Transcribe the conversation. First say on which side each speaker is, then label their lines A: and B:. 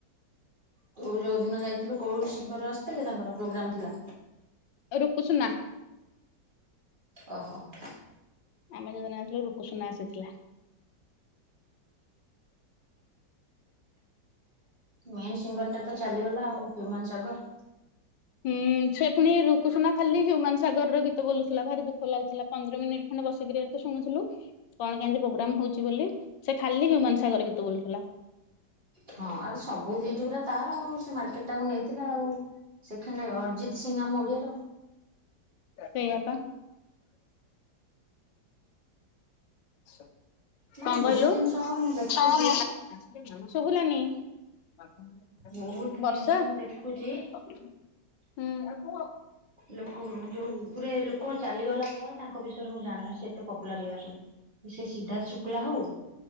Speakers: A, on the right; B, on the left.
A: ତୁ ଯୋଉ ଦିନ ଯାଇଥିଲୁ କୋଉ ସିଙ୍ଗର୍ ଆସିଥିଲେ ତାଙ୍କର ପ୍ରୋଗ୍ରାମ ଥିଲା?
B: <inaudible>
A: ଓହୋଃ।
B: ଆମେ ଯୋଉଦିନ ଥିଲୁ ରୁକୁସୁନା ଆସିଥିଲା।
A: ମେନ୍ ସିଙ୍ଗର ଟା ତ ଚାଲିଗଲା ଆଉ, ହ୍ୟୁମାନ ସାଗର।
B: ହୁଁ, ସେ ପୁଣି ରୁକୁସୁନା ଖାଲି ହ୍ୟୁମାନ ସାଗର ର ଗୀତ ବୋଲୁଥିଲା ଭାରି ଦୁଃଖ ଲାଗୁଥିଲା। ପନ୍ଦର ମିନିଟ୍ ମାନେ ବସିକରି ଏମିତି ଶୁଣୁଥିଲୁ କଣ କେମତି ପ୍ରୋଗ୍ରାମ ହଉଛି ବୋଲି, ସେ ଖାଲି ହ୍ୟୁମାନ ସାଗର ଗୀତ ବୋଲୁ ଥିଲା।
A: ହଁ, ଆ ସବୁ ହିଟ୍ ଉରା ତାର ଆଉ ସେ ମାର୍କେଟ ଟାକୁ ନେଇଥିଲା ଆଉ। ସେଖଣ୍ଡ ଅରଜିତ ସିଂହ ଆମ ଓଡ଼ିଆ ର।
B: ସେଇଆ ପା। <inaudible>
A: ମାନେ ବହୁତ ଜିନିଷ ମୁଁ ଦେଖୁଛି।
B: <inaudible>
A: ବହୁତ ଜିନିଷ ମୁଁ ଦେଖୁଛି ଲୋକ ଯୋଉଗୁରେ ଲୋକ ଚାଲିଗଲା ପରେ ତାଙ୍କ ବିଷୟରେ ମୁଁ ଜାଣୁଛି। ସେ ଏତେ ପପୁଲାର ହେଇ ଯାଉଛନ୍ତି। ସେ ସିଦ୍ଧାର୍ଥ ଶୁକ୍ଲା ହଉ,